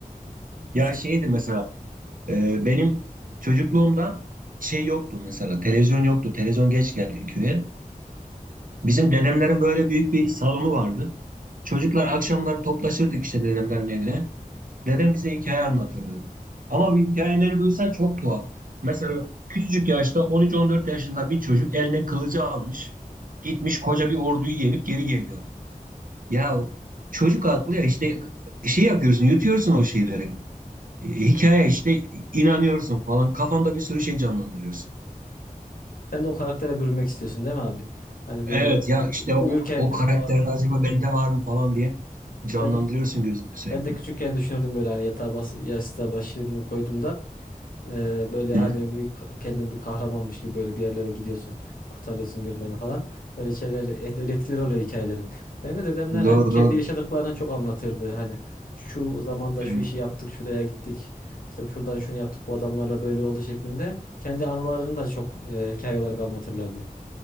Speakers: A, on the right; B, on the left.
A: Ya
B: Siz,
A: şeydi mesela e, benim çocukluğumda şey yoktu mesela televizyon yoktu. Televizyon geç geldi köye. Bizim dedemlerin böyle büyük bir salonu vardı. Çocuklar akşamları toplaşırdık işte dedemlerin evine. Dedem bize hikaye anlatırdı. Ama bu hikayeleri duysan çok tuhaf. Mesela küçücük yaşta 13-14 yaşında bir çocuk eline kılıcı almış. Gitmiş koca bir orduyu yenip geri geliyor. Ya çocuk aklı ya işte şey yapıyorsun yutuyorsun o şeyleri. E, Hikaye işte inanıyorsun falan kafanda bir sürü şey canlandırıyorsun.
B: sen de o karaktere bürünmek istiyorsun değil mi abi? Hani
A: Evet
B: böyle
A: ya işte
B: uyurken
A: o, o karakter
B: falan.
A: acaba bende var mı falan diye canlandırıyorsun
B: Ben
A: gözünde sürekli.
B: Ben de küçükken düşünürdüm böyle hani yatağa bas, yastığa başımı koyduğumda e, böyle
A: Yani,
B: hani bir k- kendin bir kahramanmış gibi böyle bir yerlere gidiyorsun, kurtarıyorsun birilerini falan. Böyle şeyler et, öyle etkileri oluyor hikayelerin. Benim de dedemler hani
A: doğru
B: kendi
A: doğru.
B: yaşadıklarını çok anlatırdı. Hani şu zamanda
A: Evet.
B: şu işi yaptık, şuraya gittik. İşte şuradan şunu yaptık, bu adamlarla böyle oldu şeklinde. Kendi anılarını da çok e, hikaye olarak anlatırlardı.